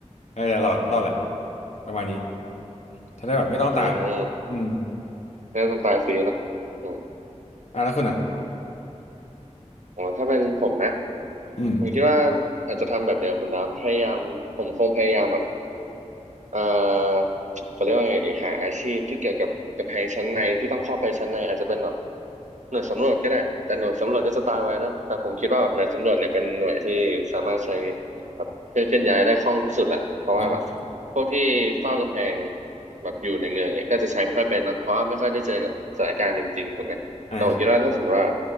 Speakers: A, on the left; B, on the right.
A: น่าจะรอดรอดแหละประมาณนี้จะได้แบบไม่ต้องตาย
B: อืม
A: อืม
B: เรื่องต้องตายฟรีเนาะอืม
A: อ่ะแล้วคุณอ่ะ
B: อ๋อถ้าเป็นผมนะ
A: อืม
B: ผมคิดว่าอาจจะทำแบบเดียวคุณดาวพยายามผมคงพยายามแบบ เอ่อเขาเรียกว่าไงดีหาอาชีพที่เกี่ยวกับกับไฮชั้นในที่ต้องเข้าไปชั้นในอาจจะเป็นแบบ หน่วยสำรวจก็ได้แต่หน่วยสำรวจก็จะตายไว้นะแต่ผมคิดว่าแบบหน่วยสำรวจเนี่ยเป็นหน่วยที่สามารถใช้แบบเคลื่อนเคลื่อนย้ายได้คล่องที่สุดแหละเพราะว่าแบบ
A: อ่ะ
B: พวกที่เฝ้ากำแพงแบบอยู่ในเมืองเนี่ยก็จะใช้ไม่ค่อยเป็นนะเพราะว่าไม่ค่อยได้เจอกับสถานการณ์จริงๆถูกไหมแต่ผมคิดว่าถ้าสมมติว่า
A: อ่าครับ